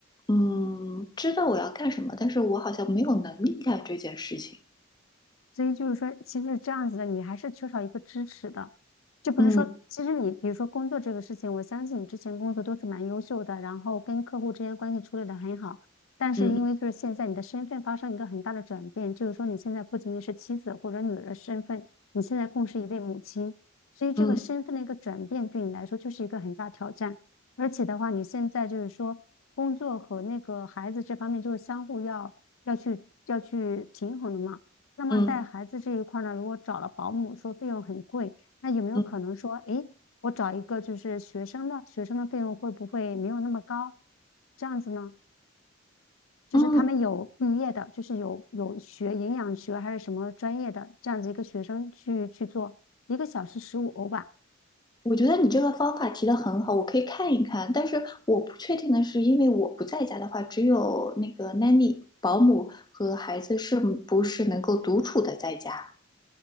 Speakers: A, on the left (about 20°); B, on the left (about 80°).
A: 嗯，知道我要干什么，但是我好像没有能力干这件事情。
B: 所以就是说，其实这样子的你还是缺少一个支持的，就不是说，
A: 嗯
B: 其实你比如说工作这个事情，我相信你之前工作都是蛮优秀的，然后跟客户之间关系处理的很好，但是因为就是现在你的身份发生一个很大的转变，
A: 嗯
B: 就是说你现在不仅仅是妻子或者女儿的身份，你现在更是一位母亲，所以这个身份的一个转变对你来说就是一个很大挑战，
A: 嗯
B: 而且的话，你现在就是说工作和那个孩子这方面就是相互要要去要去平衡的嘛。那么带孩子这一块儿呢，
A: 嗯
B: 如果找了保姆，说费用很贵，那有没有可能说，
A: 嗯
B: 诶，我找一个就是学生的，学生的费用会不会没有那么高？这样子呢，就是他们有毕业的，
A: 嗯
B: 就是有有学营养学还是什么专业的这样子一个学生去去做，一个小时十五欧吧，
A: 我觉得你这个方法提的很好，我可以看一看。但是我不确定的是，因为我不在家的话，只有那个 nanny 保姆和孩子是不是能够独处的在家？